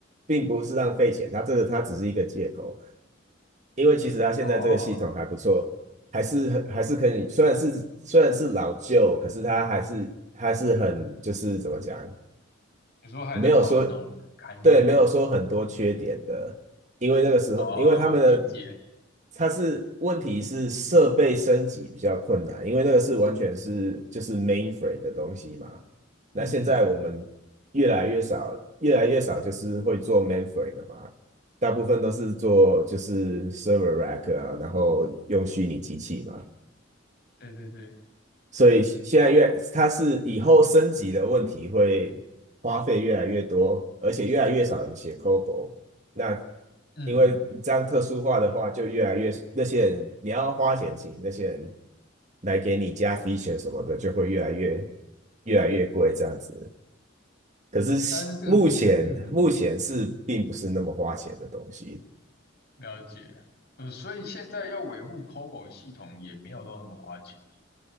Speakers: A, on the right; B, on the left.
A: 并不是浪费钱，他这个他只是一个借口，因为其实他现在这个系统还不错，
B: 哦，
A: 还是很还是可以，虽然是虽然是老旧，可是他还是还是很就是怎么讲，
B: 你候还是跑得动，
A: 没有说，
B: 堪用。
A: 对，没有说很多缺点的，因为那个时候，
B: 哦，
A: 因为他们的，
B: 理解。
A: 它是问题是设备升级比较困难，因为那个是完全是就是 mainframe 的东西嘛。那现在我们越来越少，
B: 嗯，
A: 越来越少就是会做 mainframe 的嘛，大部分都是做就是 server rack 啊，然后用虚拟机器嘛。
B: 对对对，
A: 所以现在越，它是以后升级的问题会花费越来越多，而且越来越少人写 COBOL。那
B: 嗯，
A: 因为这样特殊化的话，就越来越那些人你要花钱请那些人来给你加 feature 什么的，就会越来越越来越贵这样子。可是
B: 但是这个东，
A: 目前目前是并不是那么花钱的东西，
B: 嗯。了解，呃，所以现在要维护 COBOL 系统也没有到那么花钱，